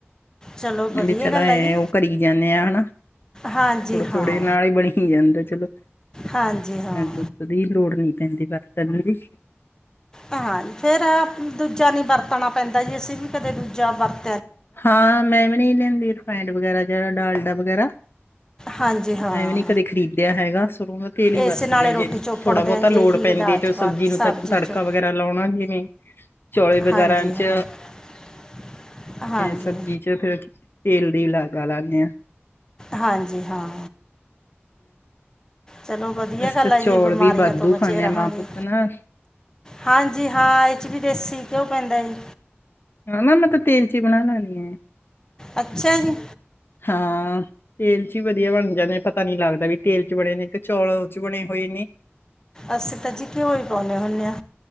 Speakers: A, on the left; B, on the left.
A: ਚਲੋ ਵਧੀਆ
B: ਵੀ ਚਲੋ,
A: ਗੱਲ
B: ਐਂ,
A: ਹੈ ਜੀ
B: ਓ ਕਰੀ ਜਾਂਨੇ ਆ, ਹੈਨਾ।
A: ਹਾਂਜੀ
B: ਥੋੜੇ-
A: ਹਾਂ
B: ਥੋੜੇ ਨਾਲ ਹੀ, ਬਣੀ ਜਾਂਦਾ ਚਲੋ
A: ਹਾਂਜੀ ਹਾਂ
B: ਦੂ ਦੀ, ਲੋੜ੍ਹ ਨਹੀਂ ਪੈਂਦੀ ਵਰਤਣ ਦੀ।
A: ਹਾਂ, ਫੇਰ ਦੂਜਾ ਨੀ, ਵਰਤਣਾ ਪੈਂਦਾ ਜੀ, ਅਸੀਂ ਵੀ ਕਦੇ ਦੂਜਾ ਵਰਤ-
B: ਹਾਂ, ਮੈਂ ਵੀ ਨਹੀਂ ਲੈਂਦੀ, ਰਿਫਾਇੰਡ, ਵਗੈਰਾ ਜਾ ਡਾਲਡਾ ਵਗੈਰਾ।
A: ਹਾਂਜੀ ਹਾਂ
B: ਮੈਂ ਵੀ ਨੀ, ਕਦੇ ਖ਼ਰੀਦਿਆ ਹੈਗਾ, ਸਰੋਂ ਦਾ ਤੇਲ ਹੀ ਵਰਤਦੇ
A: ਇਸੇ ਨਾਲੇ
B: ਆ
A: ਰੋਟੀ
B: ਜੀ।
A: ਚੋਪੜਦੇ
B: ਥੋੜਾ ਬਹੁਤਾ
A: ਹਾਂ ਜੀ
B: ਲੋੜ
A: ਇਹੀ
B: ਪੈਂਦੀ
A: ਦਾਲ
B: ਹੈ ਜੇ
A: 'ਚ ਪਾ
B: ਸਬਜ਼ੀ
A: ਕੇ
B: ਨੂੰ ਤੜਕਾ
A: 'ਚ
B: ਵਗੈਰਾ ਲਾਉਣਾ ਕਿ ਨੀ ਚੌਲੇ ਵਗੈਰਾ
A: ਹਾਂਜੀ
B: ਚ
A: <inaudible> ਹਾਂਜੀ
B: ਸਬਜ਼ੀ ਵਿਚ ਫਿਰ ਤੇਲ ਦੀ ਲਾਗਾ ਲਾਦੇ ਹਾਂ।
A: ਹਾਂਜੀ, ਹਾਂ ਚਲੋ ਵਧੀਆ
B: ਅਸੀਂ
A: ਗੱਲ
B: ਤਾਂ
A: ਹੈ
B: ਚੌਲ
A: ਜੀ ਬਿਮਾਰੀਆਂ
B: ਵੀ ਵਾਧੂ
A: ਤੋਂ ਬਚੇ
B: ਖਾਂਦੇ
A: ਰਹਾਂਗੇ।
B: ਹਾਂ ਮਾਂ ਪੁੱਤ ਨਾ
A: ਹਾਂਜੀ, ਹਾਂ ਇਹ ਚ ਵੀ ਦੇਸੀ ਘਿਓ ਪੈਂਦਾ ਜੀ।
B: ਹਨਾ ਮੈਂ ਤਾਂ ਤੇਲ ਚੀ ਬਣਾ ਲੈਣੀ ਹੈ।
A: ਅੱਛਾ ਜੀ,
B: ਹਾਂ ਤੇਲ ਵਿੱਚ ਵੀ ਵਧੀਆ ਬਣ ਜਾਂਦੇ ਪਤਾ ਨੀ ਲੱਗਦਾ ਵੀ ਤੇਲ ਵਿੱਚ ਬਣੇ ਨੇ ਇੱਕ ਚੌਲ ਚ ਬਣੇ ਹੋਏ ਨੇ
A: ਅਸੀਂ ਤਾਂ ਜੀ ਘੇਉ ਹੀ ਪਾਉਂਦੇ ਹੁੰਦੇ ਹਾਂ।